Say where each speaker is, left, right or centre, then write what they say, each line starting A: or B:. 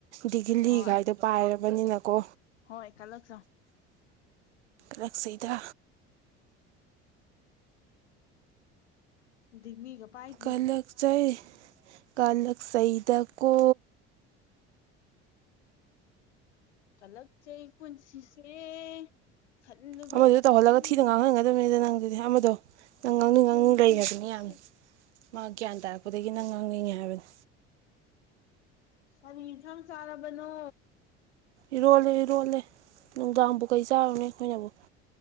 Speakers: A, on the right; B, on the left.
A: ꯗꯤꯒꯤꯜꯂꯤꯒꯥꯏꯗꯣ
B: ꯍꯣꯏ
A: ꯄꯥꯏꯔꯕꯅꯤꯅꯀꯣ
B: ꯍꯣꯏ ꯀꯜꯂꯛꯆꯧ
A: ꯀꯛꯁꯤꯗ
B: ꯗꯤꯛ꯭ꯕꯤꯒ ꯄꯥꯏ
A: ꯀꯂꯛꯁ ꯀꯂꯛ ꯆꯍꯤꯗꯀꯣ
B: ꯍꯂꯛꯁꯦ ꯄꯨꯟꯁꯤꯁꯦ ꯈꯜꯂꯨꯕꯗ
A: ꯑꯃꯗꯨ ꯇꯧꯍꯜꯂꯒ
B: ꯑꯁꯨꯝꯅ
A: ꯊꯤꯅ ꯉꯥꯡꯍꯟꯒꯗꯕꯅꯤꯗ ꯅꯪꯗꯨꯗꯤ ꯑꯃꯗꯣ
B: ꯀꯂ
A: ꯅꯪ ꯉꯥꯡꯅꯤꯡ
B: ꯆꯍꯤ
A: ꯉꯥꯡꯅꯤꯡ
B: ꯈꯨꯁꯤꯁꯦ
A: ꯂꯩ ꯍꯥꯏꯕꯅꯤ ꯌꯥꯝꯅ ꯃꯥ ꯒ꯭ꯌꯥꯟ ꯇꯥꯔꯛꯄꯗꯒꯤ ꯅꯪ ꯉꯥꯡꯅꯤꯡꯉꯦ ꯍꯥꯏꯕꯅꯤ
B: ꯑꯔꯤ ꯐꯝ ꯁꯔꯥ ꯅꯣ
A: ꯏꯔꯣꯜꯂꯦ ꯏꯔꯣꯜꯂꯦ ꯅꯨꯡꯗꯥꯡꯕꯨ ꯀꯩ ꯆꯥꯔꯨꯅꯦ ꯑꯩꯈꯣꯏꯅꯕꯨ